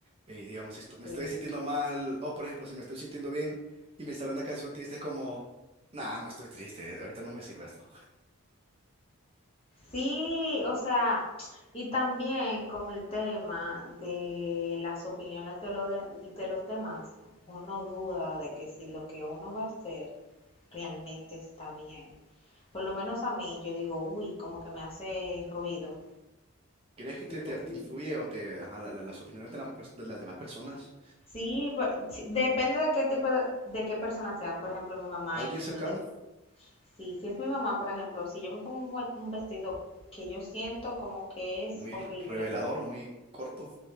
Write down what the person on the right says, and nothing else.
Y digamos, si esto- me
estoy sintiendo mal, o por ejemplo, si me estoy sintiendo bien y me sale una canción triste, es como, nah, no estoy triste, ahorita no me sirve esto.
¿Crees que te,
te,
te influye o te, ajá, la- la- las opiniones de las, pers- de las demás personas?
¿Alguien
cercano?
¿Muy
revelador, muy corto?